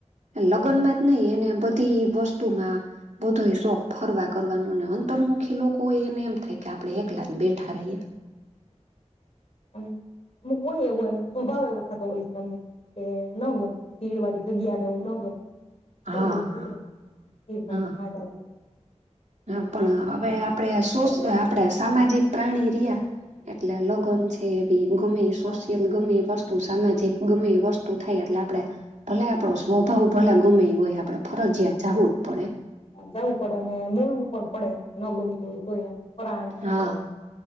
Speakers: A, on the left; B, on the right.
A: મારી
B: લગ્નમાં, નહી એને બધી વસ્તુમાં, બધો શોખ ફરવા કરવાનો ને અંતરમુખી લોકો હોય એને એમ થાય. આપણે એકલા બેઠા રહીએ.
A: હ એમ અમુક હોય એવું એમ સ્વભાવ એવો થતો હોય છે ને અમુક, કે ન ગમે એમ ભીડ વાળી જગ્યા ને એવું ના ગમે.
B: હા
A: એવું બધું
B: હા
A: ભીડભાડમા
B: હા.
A: ના જાય.
B: હા પણ હવે આપણે સો
A: ના કરવા
B: આપણેે
A: જોઈએ
B: સામાજિક, પ્રાણી રહિયા એટલે લગ્ન છે એ બી ગમે સોશિયલ
A: હા
B: ગમે, ત સામાજિક ગમે એ વસ્તુ થાય એટલે આપડણે, ભલે આપણો સ્વભાવ ભલે ગમે હોય આપણે ફરજિયાત જવું જ પડે.
A: જવું પડે અને બોલવું પણ પડે એમ ન ગમતું હોય તો એમ પરાણે આપડે.
B: હા